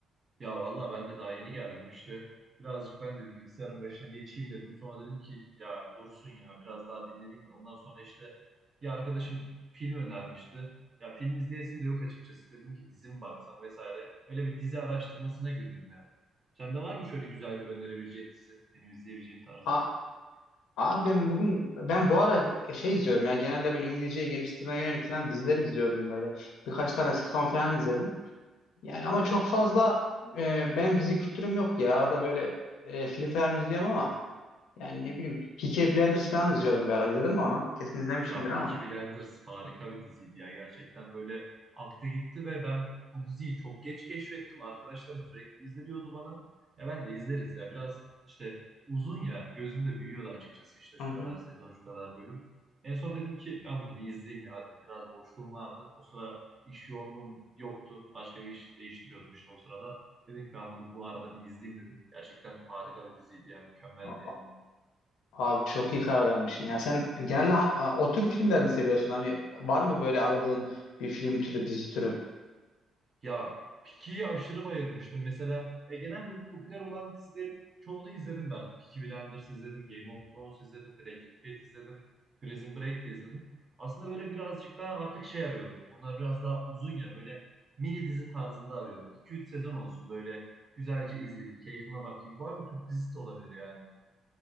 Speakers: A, on the right; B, on the left.
A: Ya vallahi ben de daha yeni geldim işte. Birazcık ben de bir bilgisayarın başına geçeyim dedim. Sonra dedim ki ya dursun ya biraz daha dinleneyim de. Ondan sonra işte bir arkadaşım film önermişti. Ya film izleyesim de yok açıkçası. Dedim ki dizi mi baksam vesaire. Öyle bir dizi araştırmasına girdim ya. Sende var mı şöyle güzel bir önerebileceğin dizi? Benim izleyebileceğim tarzda.
B: A abi ben bugün ben bu ara şey izliyorum ya genelde böyle İngilizceyi geliştirmeye yönelik falan diziler izliyordum böyle. Birkaç tane sitcom falan izledim. Yani ama çok fazla e, benim dizi kültürüm yok ya. Arada böyle e, film falan izliyorum ama yani ne bileyim Peaky Blinders falan izliyordum bir ara. İzledin mi onu? Kesin izlemişimdir
A: Ya
B: ama.
A: Peaky Blinders harika bir diziydi ya. Gerçekten böyle aktı gitti ve ben bu diziyi çok geç keşfettim. Arkadaşlarım sürekli izle diyordu bana. Ya ben de izleriz ya. Biraz işte uzun ya. Gözümde büyüyordu açıkçası işte şu
B: Hı
A: kadar sezon, şu kadar bölüm. En son dedim ki ben bunu bir izleyeyim ya dedim. Biraz boşluğum vardı. O sıra iş yoğunluğum yoktu. Başka bir iş değiştiriyordum işte o sırada. Dedim ki ben bunu bu arada bir izleyeyim dedim. Gerçekten harika bir diziydi ya. Mükemmeldi
B: hı.
A: yani.
B: Abi çok iyi karar vermişsin ya. Sen genelde ha- o tür filmler mi seviyorsun? Hani var mı böyle aradığın bir film türü, dizi türü?
A: Ya Peaky'yi aşırı bayılmıştım. Mesela ya genelde bu popüler olan dizilerin çoğunu izledim ben. Peaky Blinders izledim, Game of Thrones izledim, Breaking Bad izledim, Prison Break de izledim. Aslında böyle birazcık daha artık şey arıyorum. Onlar biraz daha uzun ya böyle mini dizi tarzında arıyorum. 2-3 sezon olsun böyle güzelce izleyeyim, keyfime bakayım. Bu arada Türk dizisi de olabilir yani.